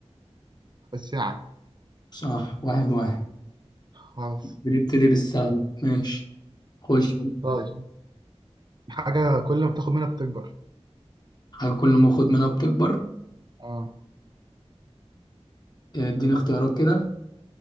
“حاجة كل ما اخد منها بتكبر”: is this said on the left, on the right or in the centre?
Left